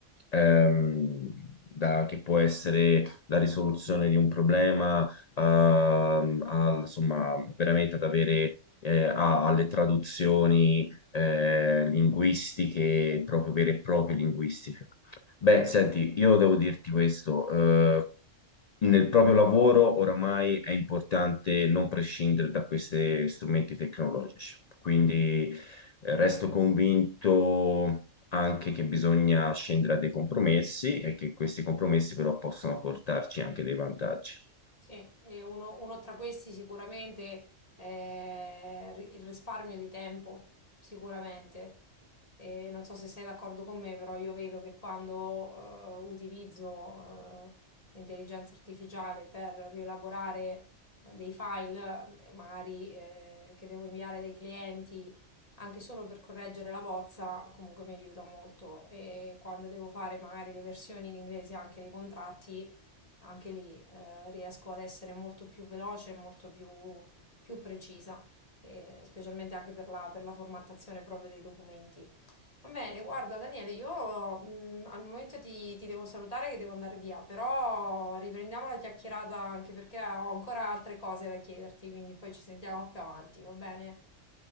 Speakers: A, on the left (about 55°); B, on the left (about 30°).
A: ehm, da- che può essere la risoluzione di un problema, ehm, al- insomma, veramente ad avere eh, a- alle traduzioni eh, linguistiche, proprio vere e proprie linguistiche. Beh, senti, io devo dirti questo, eh, nel proprio lavoro oramai è importante non prescindere da questi strumenti tecnologici, quindi eh, resto convinto anche che bisogna scendere a dei compromessi e che questi compromessi però possono portarci anche dei vantaggi.
B: Sì, e uno, uno tra questi sicuramente è ri- il risparmio di tempo, sicuramente. E non so se sei d'accordo con me, però io vedo che quando eh, utilizzo eh, l'intelligenza artificiale per rielaborare eh, dei file, eh, magari eh, che devo inviare dai clienti, anche solo per correggere la bozza, comunque mi aiuta molto. E quando devo fare magari le versioni in inglese anche dei contratti, anche lì eh, riesco ad essere molto più veloce, molto più, più precisa, eh, specialmente anche per la, per la formattazione proprio dei documenti. Va bene, guarda Daniele, io mh, al momento ti, ti devo salutare che devo andare via, però riprendiamo la chiacchierata anche perché ho ancora altre cose da chiederti, quindi poi ci sentiamo più avanti, va bene?